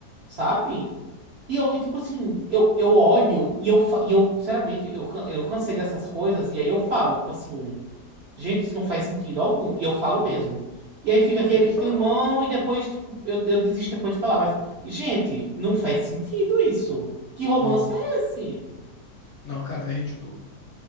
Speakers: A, on the right; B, on the left.
A: sabe? E eu, e, tipo assim, eu, eu olho e eu, fa- e eu, sinceramente, eu, can- eu cansei dessas coisas, e aí eu falo, tipo assim. Gente, isso não faz sentido algum. E eu falo
B: Não,
A: mesmo. E aí fica aquele
B: tem que falar.
A: climão e depois, tipo, eu, eu desisto depois de falar. Mas, gente, não faz sentido isso. Que romance
B: Não,
A: é esse?
B: não, cara, é ridículo.